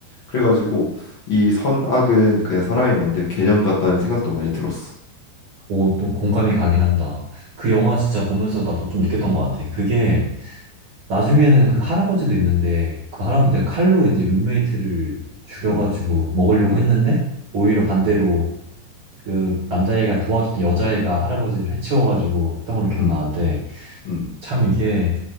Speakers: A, on the left; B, on the right.
A: 그래가지고 이 선악은 그냥 사람이 만든 개념 같다는 생각도 많이 들었어
B: 오, 또 공감이 가긴 한다. 그 영화 진짜 보면서 나도 좀 느꼈던 것 같아. 그게 나중에는 그 할아버지도 있는데 그 할아버지가
A: 음
B: 칼로 이제 룸메이트를 죽여가지고
A: 음,
B: 먹으려고
A: 음,
B: 했는데 오히려 반대로 그 남자애가 도와줬던 여자애가 할아버지를 해치워가지고 했던 걸로 기억나는데
A: 음, 음,
B: 참 이게